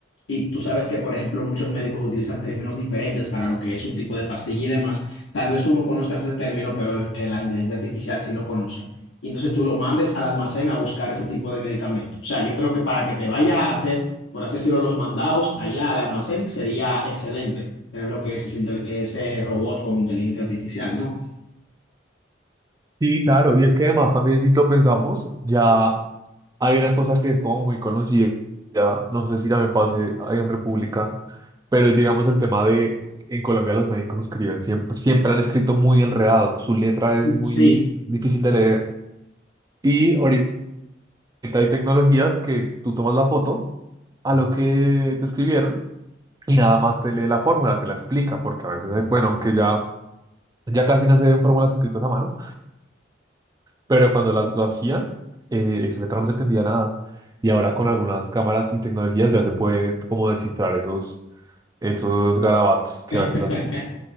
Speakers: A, on the left (about 85°); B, on the right (about 20°).
A: Y tú sabes que, por ejemplo, muchos médicos utilizan términos diferentes para lo que es un tipo de pastilla y demás. Tal vez tú no conozcas ese término, pero el- eh, la inteligencia artificial sí lo conozca. Y entonces tú lo mandes al almacén a buscar ese tipo de medicamento. O sea, yo creo que para que te vaya a hacer, por así decirlo, los mandados allá al almacén, sería excelente tener lo que es ese, intel- ese robot con inteligencia artificial, ¿no?
B: Sí, claro, y es que además también si lo pensamos, ya hay una cosa que es como muy conocida, no sé si también pase ahí en República, pero es digamos el tema de, en Colombia los médicos escriben siempre, siempre han escrito muy enredado, su letra es
A: <laughs>
B: muy
A: Sí.
B: difícil de leer. Y ahorita Hay tecnologías que tú tomas la foto a lo que te escribieron y nada más te lee la fórmula, te la explica, porque a veces, eh, bueno, aunque ya, ya casi no se ven fórmulas escritas a mano, pero cuando las, lo hacían, eh, esa letra no se entendía nada. Y ahora con algunas cámaras y tecnologías ya se puede como descifrar esos, esos garabatos que
A: <laughs>
B: a veces hacen.